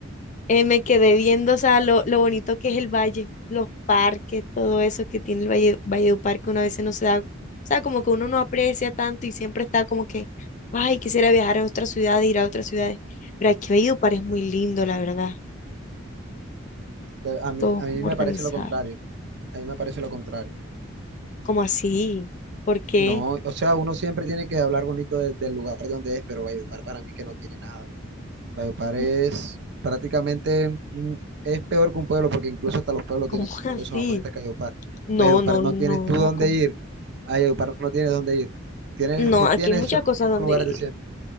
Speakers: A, on the left; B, on the right.
A: Eh, me quedé viendo, o sea, lo, lo bonito que es el valle, los parques, todo eso que tiene el Valle, Valledupar, que uno a veces no se da, o sea, como que uno no aprecia tanto y siempre está como que, ay, quisiera viajar a otras ciudades, ir a otras ciudades. Pero aquí Valledupar es muy lindo, la verdad,
B: De- A mí,
A: todo
B: a
A: como
B: mí me
A: organizado.
B: parece lo contrario. A mí me parece lo contrario.
A: ¿Cómo así? ¿Por qué?
B: No, o sea, uno siempre tiene que hablar bonito de- del lugar de donde es, pero Valledupar para mí que no tiene nada. Valledupar es
A: <laughs>
B: prácticamente, un- es peor que un pueblo, porque incluso hasta los pueblos
A: ¿Cómo
B: tienen
A: así?
B: cosas más bonitas que Valledupar.
A: No,
B: Valledupar
A: no,
B: no
A: no,
B: tienes tú dónde
A: ¿cómo?
B: ir. A Valledupar no tienes dónde ir. Tienes,
A: No,
B: si
A: aquí
B: tienes,
A: hay muchas
B: son
A: cosas
B: los mismos
A: donde
B: lugares
A: ir.
B: de siempre.